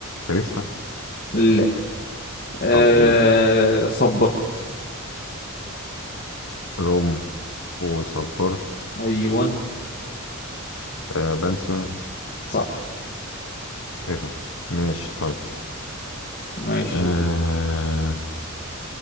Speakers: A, on the left (about 65°); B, on the left (about 40°).
A: كاليستا
B: لا آه
A: طب قول
B: صبرت
A: روم وصبرت
B: ايون
A: آه بنسيون
B: صح
A: ايه ده ماشي طيب
B: ماشي
A: آه